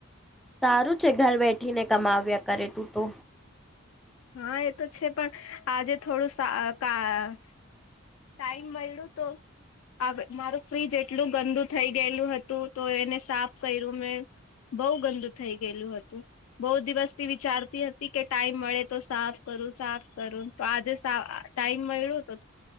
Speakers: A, in the centre; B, on the left.
A: સારું છે, ઘર બેઠીને કમાવ્યા કરે તું તો.
B: હા, એ તો છે, પણ આજે થોડું સા કા ટાઈમ મળ્યું તો આગ મારું ફ્રીજ એટલું ગંદુ થઇ ગયેલું હતું, તો એને સાફ કર્યું મેં. બઉ ગંદુ થઇ ગયેલું હતું. બૌ દિવસથી વિચારતી હતી કે ટાઈમ મળે તો સાફ કરું, સાફ કરું. તો આજે સા ટાઈમ મળ્યો તો